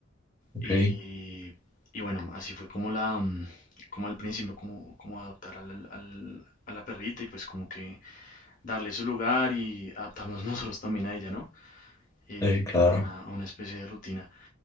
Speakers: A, on the left (about 15°); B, on the left (about 40°).
A: Ok.
B: Y, y bueno, así fue como la, mm, como al principio, como, como adoptar al- al- a la perrita y pues como que darle su lugar y adaptarnos <laughs> nosotros también a ella, ¿no? Eh,
A: Sí, claro.
B: a una, a una especie de rutina.